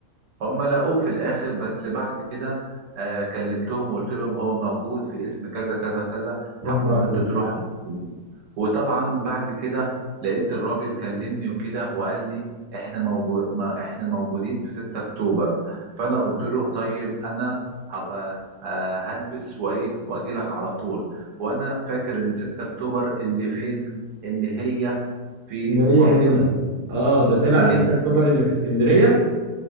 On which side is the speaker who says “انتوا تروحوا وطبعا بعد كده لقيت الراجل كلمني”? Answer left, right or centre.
Right